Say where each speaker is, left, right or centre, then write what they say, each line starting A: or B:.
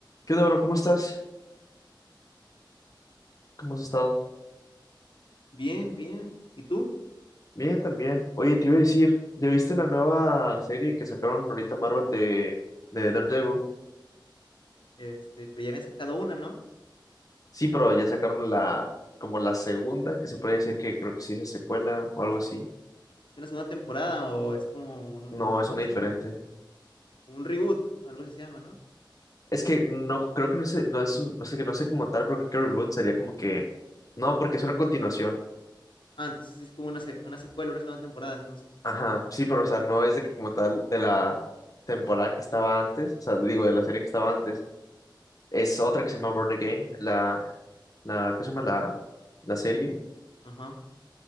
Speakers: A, on the left; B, on the left.
A: ¿Qué onda, bro? ¿Cómo estás? ¿Cómo has estado?
B: Bien, bien. ¿Y tú?
A: Bien, también. Oye, te iba a decir, ¿ya viste la nueva serie que sacaron ahorita Marvel de, de Daredevil?
B: Este, pero ya habían sacado una, ¿no?
A: Sí, pero ya sacaron la, como la segunda, que se puede decir que creo que sí es secuela o algo así.
B: ¿Es una segunda temporada o es como un, un-
A: No, es
B: ¿cómo
A: una
B: se dice?
A: diferente.
B: Un, un reboot, algo así se llama, ¿no?
A: Es que no, creo que no sé, no es un, o sea, que no sé como tal, pero creo que reboot sería como que, no, porque es una continuación.
B: Ah, entonces sí es como una, se- una secuela, una segunda temporada, entonces.
A: Ajá, sí, pero o sea, no es de que como tal de la temporada que estaba antes, o sea, digo, de la serie que estaba antes. Es otra que se llama Born Again, la, La, ¿cómo se llama? La, la serie.
B: Ajá.